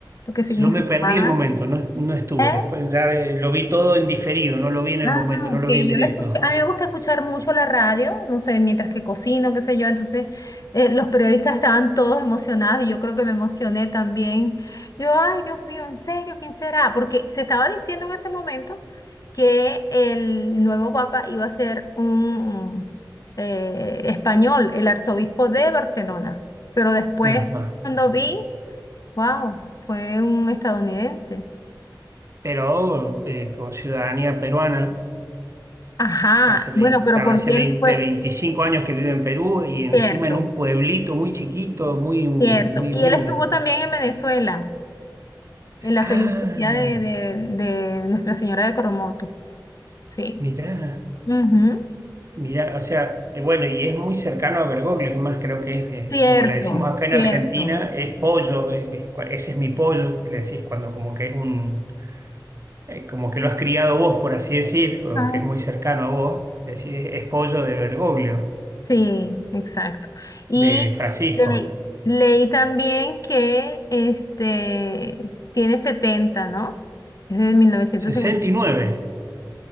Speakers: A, on the left; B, on the right.
A: lo que significaba.
B: Yo me perdí el momento, no, no estuve
A: ¿eh?
B: después, ya eh, lo vi todo en diferido, no lo vi en
A: Ah,
B: el momento, no
A: ok,
B: lo vi en
A: yo
B: directo.
A: la escuché. A mí me gusta escuchar mucho la radio, no sé, mientras que cocino, qué sé yo. Entonces, eh, los periodistas estaban todos emocionados y yo creo que me emocioné también. Yo, ay, Dios mío, ¿en serio? ¿Quién será? Porque se estaba diciendo en ese momento que el nuevo papa iba a ser un eh, español, el arzobispo de Barcelona. Pero después,
B: Ajá.
A: cuando vi, wow, fue un estadounidense.
B: Pero eh, con ciudadanía peruana,
A: Ajá,
B: hace veinte,
A: bueno, pero
B: a
A: porque
B: veces 20,
A: él fue
B: 25 años que vive en Perú y encima
A: cierto.
B: en un pueblito muy chiquito, muy, muy
A: Cierto. Y
B: humilde.
A: él estuvo también en Venezuela, en la
B: Ah,
A: felicidad de, de- de Nuestra Señora de Coromoto. Sí.
B: mirá.
A: Ujú.
B: Mira, o sea, eh, bueno, y es muy cercano a Bergoglio, es más, creo que es, eh,
A: Cierto,
B: como le decimos acá en
A: cierto.
B: Argentina, es pollo, eh, es cua- ese es mi pollo, le decís cuando como que es un, eh, como que lo has criado vos, por así decir, o
A: Ah,
B: que es muy cercano a vos, decís, es, es pollo de Bergoglio,
A: Sí, exacto. Y
B: de Francisco,
A: le- leí también que este tiene setenta ¿no? Es de 1950.
B: Sesenta y nueve.